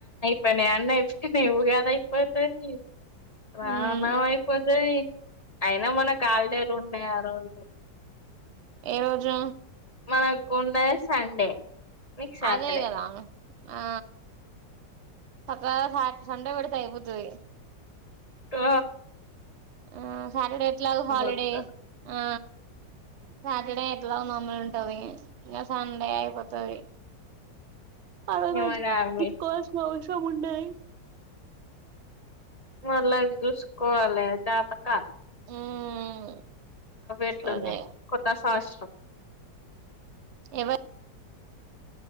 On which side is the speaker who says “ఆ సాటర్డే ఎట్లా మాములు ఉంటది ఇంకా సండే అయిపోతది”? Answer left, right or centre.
Right